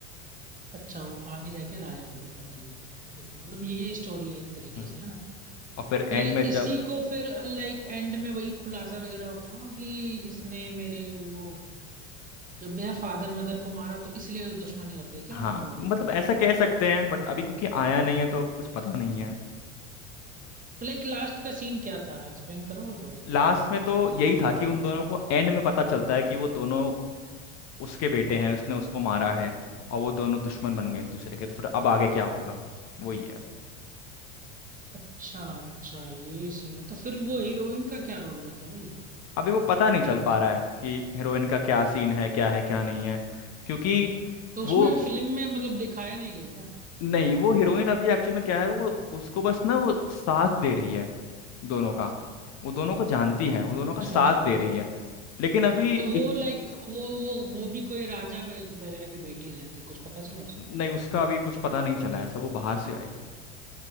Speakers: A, on the right (about 20°); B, on the left (about 45°).
A: अच्छा वो आगे जाके राजा का बेटा बन जाता है ठीक है मतलब ये स्टोरी है एक तरीके
B: हम्म
A: से है ना
B: और फिर
A: तो
B: एंड
A: लाइक
B: में जब
A: इसी को फिर लाइक एंड में वही खुलासा वगैरह होता हो कि इसने मेरे वो जब मेरा फादर मदर को मारा तो इसलिए दुश्मनी होती है
B: हाँ
A: क्या उन लोगों
B: मतलब
A: में
B: ऐसा कह सकते हैं बट अभी क्योंकि आया नहीं है तो कुछ पता नहीं
A: तो लाइक लास्ट का सीन क्या था एक्सप्लेन करोगे थोड़ा सा
B: लास्ट में तो यही था कि उन दोनों को एंड में पता चलता है कि वो दोनों उसके बेटे हैं उसने उसको मारा है और वो दोनों दुश्मन बन गए एक दूसरे के तो फिर अब आगे क्या होगा वही है
A: अच्छा अच्छा ये सीन है तो फिर वो हीरोइन का क्या रोल रहता है भाई
B: अभी वो पता नहीं चल पा रहा है कि हीरोइन का क्या सीन है क्या है क्या नहीं है क्योंकि
A: तो उसमें
B: वो
A: फिल्म में मतलब दिखाया नहीं गया क्या
B: नहीं वो हीरोइन अभी एक्चुअल में क्या है वो उसको बस ना वो साथ दे रही है दोनों का वो दोनों को जानती है वो दोनों
A: अच्छा
B: का साथ
A: अच्छा
B: दे रही है लेकिन अभी
A: तो वो
B: इत,
A: लाइक वो वो वो भी कोई राजा वग- वगैरह की बेटी रहती है कुछ पता चला उसको
B: नहीं उसका अभी कुछ पता नहीं चला है सब वो बाहर से आई है